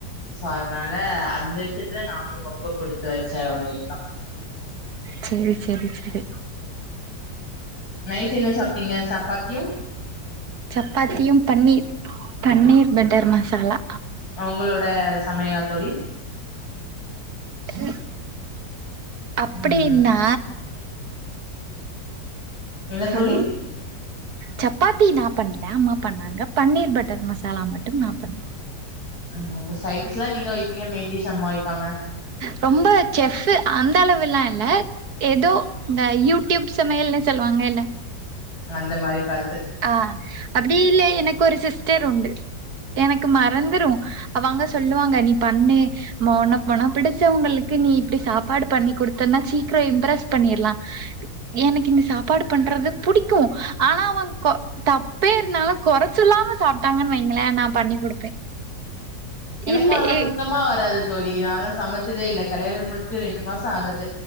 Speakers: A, on the left (about 55°); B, on the right (about 60°).
A: சோ அதனால அந்த விஷ்யத்துல நானு ரொம்ப கொடுத்து வச்சே ஒரேய் தா
B: ச்சேரி ச்சேரி ச்சேரி
A: நைட் என்ன சாப்ட்டீங்க சப்பாத்யு
B: சப்பாத்தியு பன்னீர் பன்னீர் பட்டர் மசாலா
A: உங்களோட சமையலா தோழி
B: ட்ருன் அப்படின்னா
A: ம் என்ன
B: ஹலோ
A: தோழி?
B: சப்பாத்தி நா பண்ண அம்மா பண்ணாங்க பன்னீர் பட்டர் மசாலா மட்டும் நா பண்
A: அன் அப்போ சைடிஸ்லா நீங்க வைப்பீங்க மெய்ன் டிஷ் அம்மா வைப்பாங்க
B: ரொம்ப செஃப்பு அந்த அளவுல்லா இல்ல எதோ இந்த யூடியூப் சமையல்னு சொல்லுவாங்க எல
A: அந்த மாரி பாத்து
B: ஆ அப்டி இல்லை எனக்கு ஒரு சிஸ்டர் உண்டு எனக்கு மறந்துரு அவங்க சொல்லுவாங்க நீ பண்ணு மௌனோ பனம் பிடிச்சவங்களுக்கு நீ இப்டி சாப்பாடு பண்ணி குடுத்தன்னா ச்சீக்ரோ இம்ப்ரெஸ் பண்ணிர்லா எனக்கு இங்கு சாப்பாடு பண்றது புடிக்கு ஆனா அவன் கொ தப்பே இருந்தாலு கொறச்சொல்லாம சாப்ட்டாங்கன் வைங்களே நா பண்ணி குடுப்பே
A: எனக்கெல்லா
B: இல்ல
A: அதல்லா
B: ஏ
A: சுத்தமா வராது தோழி நாளா சமச்சதே இல்ல கல்யாண முடிஞ்சி ரெண்டு மாச ஆகுது